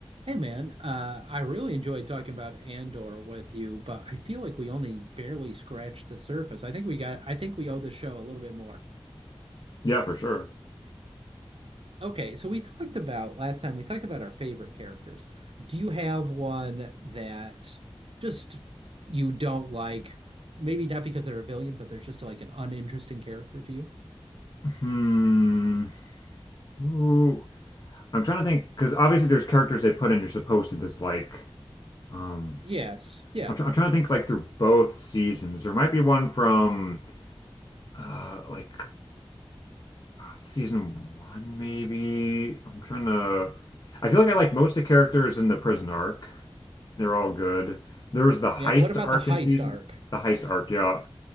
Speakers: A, on the right; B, on the left.
A: Hey man, uh, I really enjoyed talking about Andor with you, but I feel like we only barely scratched the surface. I think we got, I think we owe the show a little bit more.
B: Yeah, for sure.
A: Okay, so we talked about last time, we talked about our favorite characters. Do you have one that just you don't like? Maybe not because they're a villain, but they're just like an uninteresting character to you?
B: Hmm. Ooh. I'm trying to think because obviously there's characters they put in you're supposed to dislike. Um,
A: Yes. Yeah.
B: I'm, try I'm trying to think like through both seasons. There might be one from uh like season one maybe. I'm trying to. I feel like I like most of the characters in the prison arc. They're all good. There was the heist
A: Yeah. What about
B: arc
A: the heist
B: in season.
A: arc?
B: The heist arc, yeah.